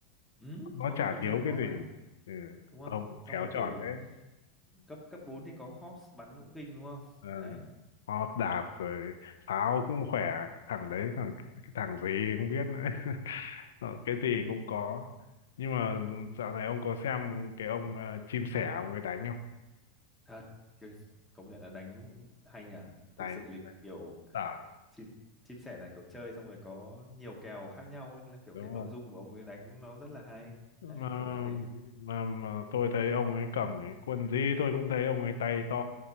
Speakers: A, in the centre; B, on the left.
A: ừ,
B: nó
A: hầu
B: chả
A: như quân
B: thiếu
A: gì cũng có
B: cái gì
A: mà
B: ừ.
A: đúng không
B: ông
A: xong
B: khéo
A: rồi kiểu
B: chọn thế
A: cấp cấp 4 thì có Hawks bắn cũng kinh đúng không
B: Ờ,
A: đấy
B: Họ đạp rồi pháo cũng khỏe thằng đấy thằng cái thằng gì không biết nữa <laughs> Ờ, cái gì cũng có nhưng mà dạo này ông có xem cái ông ờ, chim sẻ ông ấy đánh không
A: thật kinh công nhận là đánh hay nhỉ thực
B: đánh
A: sự lịch
B: Đánh.
A: kiểu
B: à
A: chim chim sẻ là kiểu chơi xong rồi có nhiều kèo khác nhau ấy, nên là kiểu
B: đúng
A: cái nội
B: rồi
A: dung của ông ấy đánh nó rất là hay
B: mà
A: đấy kiểu như thế
B: mà mà tôi thấy ông ấy cầm cái quần gì tôi cũng thấy ông ấy tay to